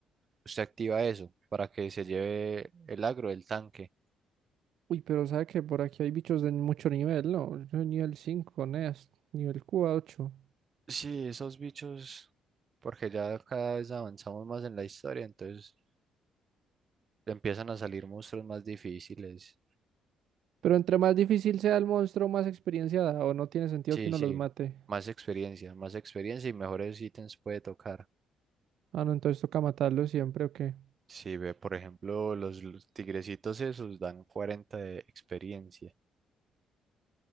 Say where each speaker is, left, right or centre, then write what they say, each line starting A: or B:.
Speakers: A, on the right; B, on the right.
A: usted activa eso para que se lleve el agro del tanque.
B: Uy, pero sabe que por aquí hay bichos de mucho nivel, ¿no? Yo soy nivel 5, Neas, nivel 8.
A: Sí, esos bichos, porque ya cada vez avanzamos más en la historia, entonces empiezan a salir monstruos más difíciles.
B: Pero entre más difícil sea el monstruo, más experiencia da, o no tiene sentido
A: Sí,
B: que uno
A: sí,
B: los mate.
A: más experiencia, más experiencia y mejores ítems puede tocar.
B: Ah, no, entonces toca matarlo siempre, ¿o qué?
A: Si ve, por ejemplo, los, los tigrecitos esos dan 40 de experiencia.